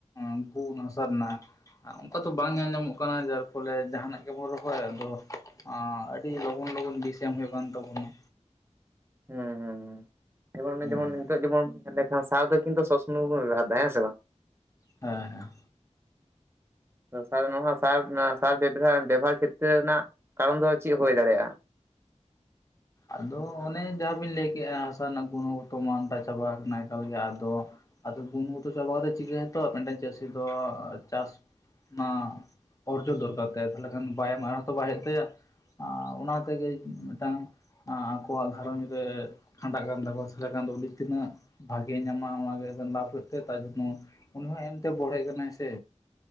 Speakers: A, on the left; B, on the right.
A: ᱩᱱᱠᱩ ᱦᱟᱥᱟ ᱨᱮᱱᱟᱜ ᱚᱱᱠᱟ ᱛᱚ ᱵᱟᱝ ᱧᱮᱞ ᱧᱟᱢᱚᱜ ᱠᱟᱱᱟ ᱡᱟᱨ ᱯᱷᱚᱞᱮ ᱡᱟᱦᱟᱱᱟᱜ ᱮᱵᱚᱱ ᱨᱚᱦᱚᱭ ᱟᱫᱚ ᱟᱹᱰᱤ ᱞᱚᱜᱚᱱ ᱞᱚᱜᱚᱱ ᱫᱤᱥ ᱮᱢ ᱦᱩᱭᱩᱜ ᱠᱟᱱ ᱛᱟᱵᱚᱱᱟ
B: ᱦᱩᱸ ᱦᱩᱸ ᱦᱩᱸ ᱵ ᱡ
A: ᱦᱮᱸ
B: ᱡᱚᱱ ᱞᱮ ᱥᱟ ᱫᱚ ᱠᱤᱱᱛᱩ ᱥᱚᱥᱥᱢ ᱵᱮᱵᱫᱟ ᱦᱮᱸ ᱥᱮ ᱵᱟᱝ
A: ᱦᱮᱸ ᱦᱮᱸ
B: ᱥᱟᱨ ᱱᱚᱣᱟ ᱥᱟᱨ ᱥᱟᱨ ᱵᱮᱵᱚᱦᱟᱨ ᱠᱷᱮᱛᱨᱮ ᱨᱮᱱᱟᱜ ᱠᱟᱨᱚᱱ ᱫᱚ ᱪᱮᱫ ᱦᱩᱭᱳᱭ ᱫᱟᱲᱮᱭᱟᱜᱼᱟ
A: ᱟᱫᱚ ᱚᱱᱮ ᱡᱟᱵᱤᱱ ᱞᱟᱹᱭ ᱠᱮᱫᱮᱜᱼᱟ ᱦᱟᱥᱟ ᱨᱮᱱᱟᱜ ᱜᱩᱱᱚᱛᱚ ᱢᱟᱱᱴᱟ ᱪᱟᱵᱟ ᱠᱟᱱᱟ ᱮᱠᱟᱞᱜᱮ ᱟᱫᱚ ᱟᱫᱚ ᱜᱩᱱ ᱜᱩᱴᱩ ᱪᱟᱵᱟ ᱠᱟᱛᱮᱫ ᱪᱤᱠᱟᱹᱭ ᱛᱚ ᱢᱤᱫᱴᱟᱝ ᱪᱟᱹᱥᱤ ᱫᱚ ᱪᱟᱥ ᱚᱱᱟ ᱚᱨᱡᱚ ᱫᱚᱨᱠᱟᱨ ᱛᱟᱭᱟ ᱛᱟᱦᱚᱞᱮ ᱠᱷᱟᱱ ᱵᱟᱭ ᱟᱨᱛᱚ ᱵᱟᱭ ᱦᱩᱭᱩᱜ ᱛᱟᱭᱟ ᱟᱨ ᱚᱱᱟ ᱛᱮᱜᱮ ᱢᱤᱫᱴᱟᱝ ᱟᱠᱚᱣᱟᱜ ᱜᱷᱟᱨᱚᱸᱡᱽ ᱨᱮ ᱠᱷᱟᱸᱰᱟᱜ ᱠᱟᱱ ᱛᱟᱠᱚᱣᱟ ᱛᱟᱦᱞᱮ ᱠᱷᱟᱱ ᱫᱚ ᱟᱹᱰᱤ ᱛᱤᱱᱟᱹᱜ ᱵᱷᱟᱜᱮ ᱧᱟᱢᱟ ᱚᱱᱟᱜᱮ ᱞᱟᱵᱷ ᱦᱩᱭᱩᱜ ᱛᱮ ᱛᱟᱨ ᱡᱚᱱᱚ ᱩᱱᱤ ᱦᱚᱸ ᱮᱢᱛᱮ ᱵᱚᱲᱦᱮᱡ ᱠᱟᱱᱟᱭ ᱥᱮ